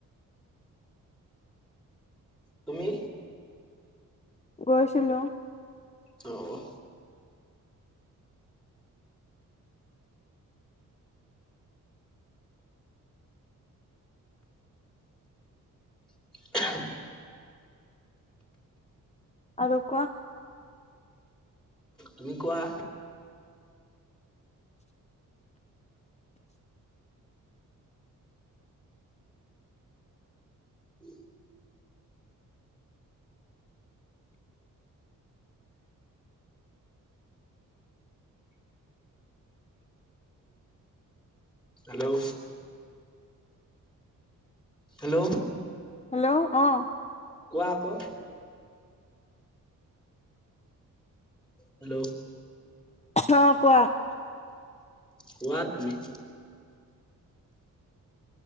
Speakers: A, in the centre; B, on the left.
A: তুমি?
B: গৈচিলো।
A: অ'। <inaudible>
B: আৰু কোৱা।
A: তুমি কোৱা। উম। <inaudible> হেল্ল'। হেল্ল'।
B: হেল্ল' আহ।
A: কোৱা আকৌ। হেল্ল'।
B: অ', কোৱা।
A: কোৱা তুমি?